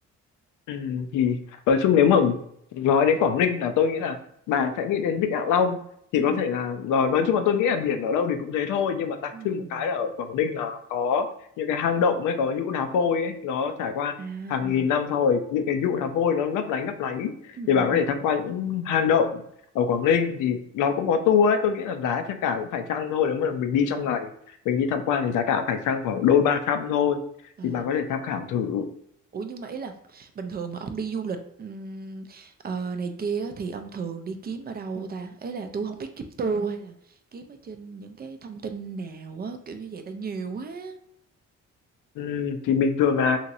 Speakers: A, on the left; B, on the right.
A: Ừ, thì nói chung nếu mà nói đến Quảng Ninh là tôi nghĩ là bà sẽ nghĩ đến Vịnh Hạ Long
B: Ừ.
A: thì có thể là ờ, nói chung là tôi nghĩ là biển ở đâu thì cũng thế thôi nhưng mà đặc
B: Ừ.
A: trưng một cái là ở Quảng Ninh là có những cái hang động ấy có nhũ đá vôi ấy nó trải qua
B: À.
A: hàng nghìn năm sau rồi những cái nhũ đá vôi nó lấp lánh lấp lánh
B: Ừ,
A: thì
B: ừ,
A: bà
B: ừ.
A: có thể tham quan những hang động ở Quảng Ninh thì nó cũng có tour ấy tôi nghĩ là giá sẽ cả cũng phải chăng thôi nếu mà mình đi trong ngày mình đi tham quan thì giá cả phải chăng khoảng đôi ba trăm thôi
B: À,
A: thì bà có thể tham khảo thử
B: ủa nhưng mà ý là bình thường mà ông đi du lịch ừm, ờ, này kia á, thì ông thường đi kiếm ở đâu ta? ấy là tôi không biết kiếm tour hay là kiếm ở trên những cái thông tin nào á, kiểu như vậy tại nhiều quá.
A: Ừ, thì bình thường là